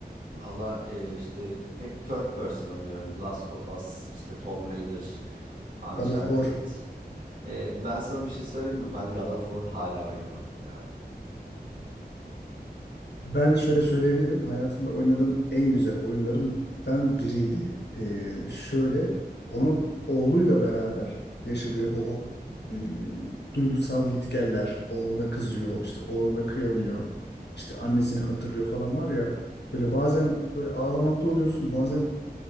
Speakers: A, on the right (about 50°); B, on the left (about 85°).
A: Valla e, işte hep third person oynuyorum. Last of Us, işte Tomb Raider, Uncharted.
B: God of War
A: E, ben sana bir şey söyleyeyim mi? Ben God of War hala oynamadım ya.
B: Ben şöyle söyleyebilirim. Hayatımda oynadığım en güzel oyunlarımdan biriydi. Ee, şöyle onun oğluyla beraber yaşadığı o e, duygusal gitgeller, oğluna kızıyor, işte oğluna kıyamıyor, işte annesini hatırlıyor falan var ya. Böyle bazen böyle ağlamaklı oluyorsun, bazen